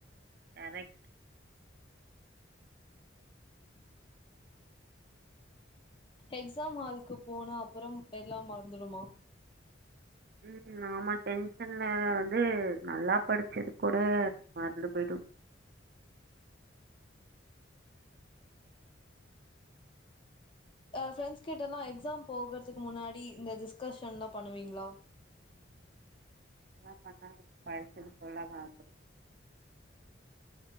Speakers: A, on the right; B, on the left.
A: கரெக்ட்
B: எக்ஸாம் ஹால்க்கு போன அப்புறம் எல்லா மறந்துடுமா
A: ம் நாம டென்ஷன்ல வந்து நல்லா படிச்சது கூட மறந்து போய்டும்
B: அஹ் பிரெண்ட்ஸ் கிட்டல்லாம் எக்ஸாம் போகறதுக்கு முன்னாடி இந்த டிஸ்கஷன்லா பண்ணுவீங்களா
A: என்ன பண்ண படிச்சது ஃபுல்லா மறந்துடு